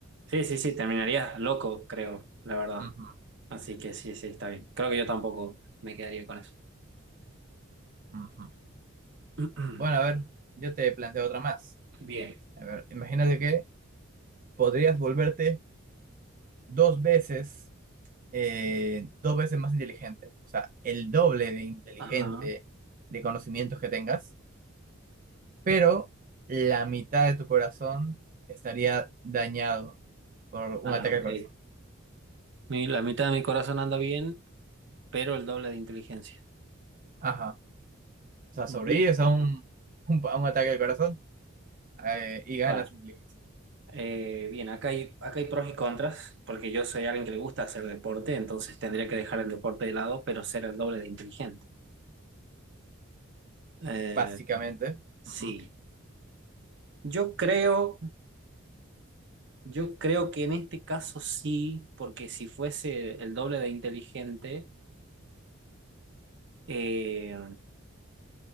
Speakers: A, on the right (about 60°); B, on the right (about 40°).
A: sí, sí, sí, terminarías loco, creo, la verdad.
B: Ujú,
A: Así que sí, sí, está bien. Creo que yo tampoco me quedaría con eso.
B: ujú.
A: <clears throat>
B: Bueno, a ver, yo te planteo otra más.
A: Bien.
B: A ver, imagínate que podrías volverte dos veces, eh, dos veces más inteligente. O sea, el doble de inteligente
A: Ajá.
B: de conocimientos que tengas pero la mitad de tu corazón estaría dañado por un
A: Ah,
B: ataque
A: ok.
B: al corazón.
A: Mi- la mitad de mi corazón anda bien, pero el doble de inteligencia.
B: Ajá. O sea, sobrevives
A: Bien.
B: a un, un- a un ataque al corazón eh, y ganas
A: Claro.
B: inteligencia,
A: Eh, bien, acá hay, acá hay pros y contras, porque yo soy alguien que le gusta hacer deporte, entonces tendría que dejar el deporte de lado, pero ser el doble de inteligente. Eh,
B: básicamente.
A: sí,
B: Ujú.
A: yo creo, yo creo que en este caso sí, porque si fuese el doble de inteligente, eh,